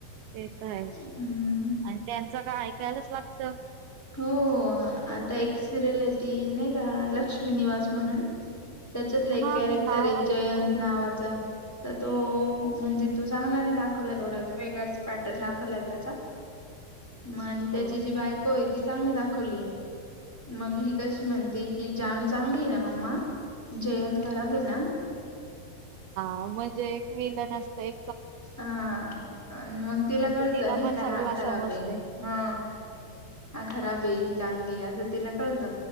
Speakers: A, on the right; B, in the centre.
A: ते तर आहे
B: हम्म
A: आणि त्यांचं काय ऐकायलाच लागत
B: हो आता एक सिरियल येती नाही का लक्ष्मी निवास म्हणून त्याच्यातलं एक
A: हा
B: कॅरेक्टर
A: मी नाव
B: आहे
A: ऐकलंय.
B: जयंत नावाच तर तो म्हणजे तो चांगला नाही दाखलय एवढा वेगळाच पॅटर्न दाखलय त्याचा मग आणि
A: हो
B: त्याची जी
A: का
B: बाय ती चांगली दाखवली मग ही कशी म्हणते की जाणू चांगली आहे ना मम्मा जयंत खराब आहे ना
A: आहो म्हणजे एक विलन असतय
B: हा न मग तिला
A: म्हणजे
B: कळतं नाही
A: पण
B: का
A: सगला
B: हा खराब
A: समजतय.
B: आहे हा हा खराब हाय ही चांगली आ तिला कळत